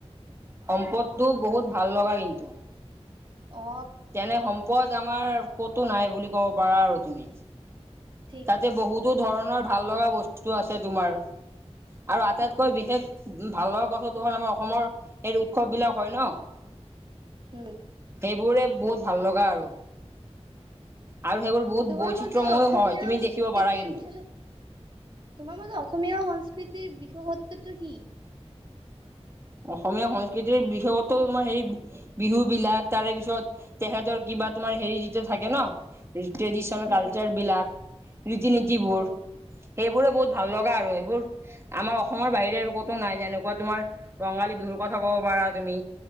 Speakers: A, on the right (about 25°); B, on the right (about 45°).
A: সম্পদটো বহুত ভাল লগা কিন্তু।
B: অ
A: তেনে সম্পদ আমাৰ ক'তো নাই বুলি ক'ব পাৰা আৰু তুমি।
B: ঠিক
A: তাতে
B: ঠিক
A: বহুতো ধৰণৰ ভাল লগা বস্তু আছে তোমাৰ। আৰু আটাইতকৈ
B: ঠিক কৈছা
A: বিশেষ ভালৰ কথাটো হ'ল আমাৰ। অসমৰ এই উৎসৱ বিলাক হয় ন
B: উম
A: সেইবোৰে। বহুত ভাল লগা আৰু। আৰু সেইবোৰ বহুত
B: তোমাৰ
A: বৈচিত্ৰময়ো
B: মতে অসমীয়া
A: হয়। তুমি
B: সংস্কৃতিৰ
A: দেখিব পাৰা কিন্তু।
B: বিশেষত তোমাৰ মতে অসমীয়া সংস্কৃতিৰ বিশেষত্বটো কি
A: অসমীয়া সংস্কৃতিৰ বিশেষত্বটো তোমাৰ হেৰি বিহু বিলাক। তাৰে পিছত তেখেতৰ কিব বা তোমাৰ হেৰি যেতিয়া থাকে ন ট্ৰেডিশন
B: উম
A: কালচাৰ বিলাক, ৰীতি-নীতিবোৰ।
B: অ
A: সেইবোৰে বহুত ভাল লগা আৰু এইবোৰ। আমাৰ অসমৰ বাহিৰে আৰু ক'তো নাই যেনেকুৱা তোমাৰ কঙালী বিহুৰ কথা ক'ব পাৰা তুমি।